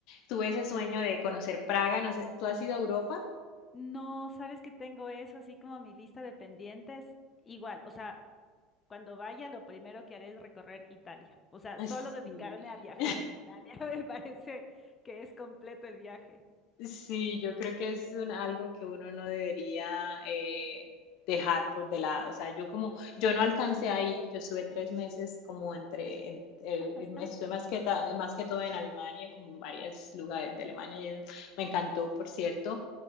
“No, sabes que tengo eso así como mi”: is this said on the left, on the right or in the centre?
Left